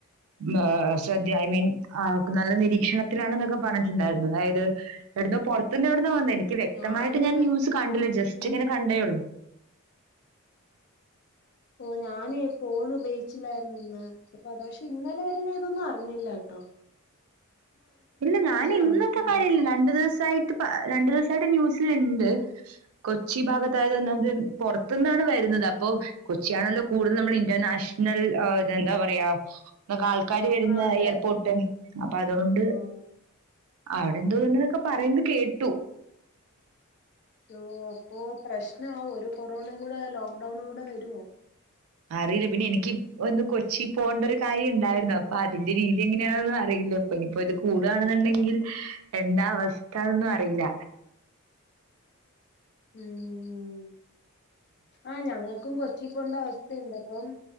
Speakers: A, on the right; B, on the left.
A: <inaudible> ഐ മീൻ ആ അവക്ക് നല്ല നിരീക്ഷണത്തിലാണെന്നൊക്കെ പറഞ്ഞ്ട്ട്ണ്ടായ്‌രുന്നു. അതായത് ഏട്‌ന്നൊ പൊറ ത് ന്നെവ്ട്ന്നാ വന്നേ! എനിക്ക് വ്യക്തമായിട്ട്
B: ഞാന്
A: ഞാൻ ന്യൂസ് കണ്ടില്ല
B: ഓ
A: ജസ്റ്റ്
B: ഉം
A: ങ്ങനെ കണ്ടേ ഉള്ളു.
B: ഓ ഞാന് ഫോണ് പയ്ച്ചില്ലാരുന്നുന്ന് ചെൽപതാ ക്ഷെ ഇന്നലെ വരെ ഞാൻ തൊന്നു അറിഞ്ഞില്ലട്ടോ.
A: ഇല്ല ഞാനിന്നത്തെ
B: വന്നിട്ടുണ്ടാവ
A: കാര്യല്ലല്ല രണ്ട് ദിവസായിട്ട് പ്പ രണ്ട് ദിവസായിട്ട് ന്യൂസ് <unintelligible> കൊച്ചി ഭാഗത്തായത് ഒന്നാംത് പൊറത്ത്ന്നാണ് വരുന്നത് ഇപ്പൊ കൊച്ചിയാണല്ലോ കൂടുതൽ നമ്മടെ ഇന്റർനാഷണൽ അ ഇതെന്താ പറയാ ന്ന ആൾ കാരി വരുന്ന
B: ആഹ് അതെ
A: എയർപോട്ട്
B: അതെ
A: അപ്പ അതു കൊണ്ട്
B: ഉം
A: അവടെ ന്തോ <unintelligible> പറീന്ന്‌ത് കേട്ടു.
B: ഓ അപ്പൊ പ്രശ്നാവോ ഒരു കൊറോണേം കൂടെയാല് ലോക് ഡൗണും കൂടെ വരോ?
A: അറിയില്ല പിന്നെ എനിക്ക് ഒന്ന് കൊച്ചി പോകേണ്ട ഒരു കാര്യം ഉണ്ടായിരുന്നു അപ്പൊ അതിന്റെ രീതി എങ്ങനെയാ എന്നൊന്നും അറയി ല്ലപ്പ ഇനി പ്പത് കൂടാണ്ന്ന്ണ്ടെങ്കിൽ എന്താ വസ്ഥ ന്നറിയില്ല.
B: ഊം ആ ഞങ്ങ ക്കും കൊച്ചീപോണ്ടവസ്ഥയുണ്ട് അപ്പം